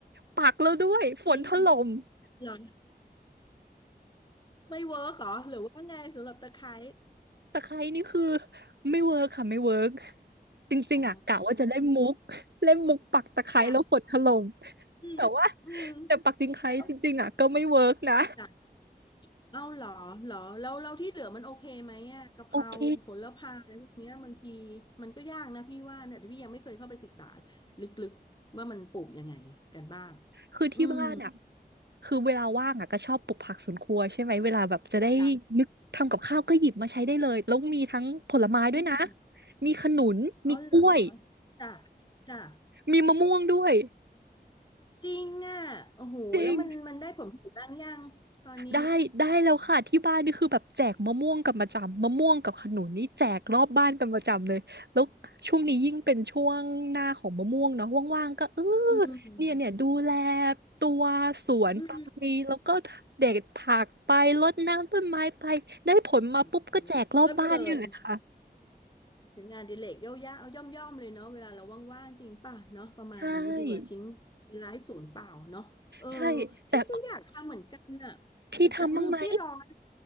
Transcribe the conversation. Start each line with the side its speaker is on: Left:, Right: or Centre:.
Right: ปักแล้วด้วยฝนถล่ม
Left: จริงเหรอไม่เวิร์กเหรอหรือว่าไงสำหรับตะไคร้
Right: ตะไคร้นี่คือไม่เวิร์กค่ะไม่เวิร์กจริงๆอ่ะกะว่าจะเล่นมุกเล่นมุกปักตะไคร้แล้วฝนถล่ม
Left: อ๋อจ้ะอืมอืม
Right: แต่ว่าแต่ปักตะไคร้จริงๆอ่ะก็ไม่เวิร์กนะ
Left: แล้วจ้ะเอ้าเหรอเหรอแล้วเราที่เหลือมันโอเคไหมอ่ะกะเพราโหระพาอะไรพวกเนี้ยบางที
Right: โอเค
Left: มันก็ยากนะพี่ว่าเนี่ยพี่ยังไม่เคยเข้าไปศึกษาลึกๆว่ามันปลูกยังไงกันบ้าง
Right: คือที่บ้านอ่ะ
Left: อืม
Right: คือเวลาว่างอ่ะก็ชอบปลูกผักสวนครัวใช่ไหมเวลาแบบจะได้
Left: จ้ะ
Right: นึกทำกับข้าวก็หยิบมาใช้ได้เลยแล้วมีทั้งผลไม้ด้วยนะ
Left: อืม
Right: มีขนุนมีกล้วย
Left: อ๋อเหรอจ้ะจ้ะ
Right: มีมะม่วงด้วย
Left: จริงอ่ะโอ้โหแล้วมันมันได้ผลผลิตบ้างยัง
Right: จริง
Left: ตอนนี้
Right: ได้ได้แล้วค่ะ ที่บ้านนี่คือแบบแจกมะม่วงกันประจำมะม่วงกับขนุนนี่แจกรอบบ้านกันประจำเลยแล้วช่วงนี้ยิ่งเป็นช่วงหน้าของมะม่วงเนาะว่างๆก็เออ
Left: อืม
Right: เนี่ยเนี่ยดูแลตัวสวนไป
Left: อืม
Right: แล้วก็เด็ดผักไปรดน้ำต้นไม้ไปได้ผลมาปุ๊บก็แจกรอบบ้านเนี่ยแหละค่ะ
Left: โอ้โหเพลิดเพลินถึงงานอดิเรกย่อยๆเอาย่อมๆเลยเนาะเวลาเราว่างๆจริงป่ะเนาะประมาณนี้ดีกว่าทิ้งเวลาให้ศูนย์เปล่าเนาะเออ
Right: ใช่ ใช่ แต่
Left: พี่ก็อยากทำเหมือนกันอ่ะแต่จะมือพี่ร้อน
Right: พี่ทำบ้างไหม